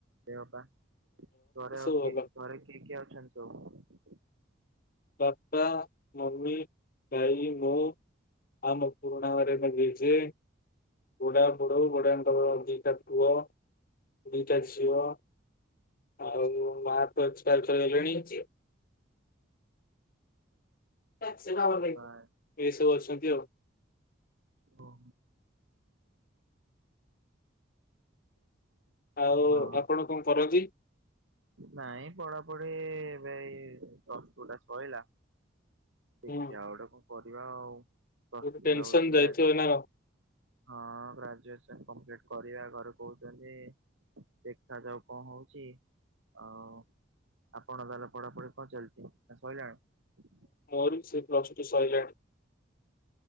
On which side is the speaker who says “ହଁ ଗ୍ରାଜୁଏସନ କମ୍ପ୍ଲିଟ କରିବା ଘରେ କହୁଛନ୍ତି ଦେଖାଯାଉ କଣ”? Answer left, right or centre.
Right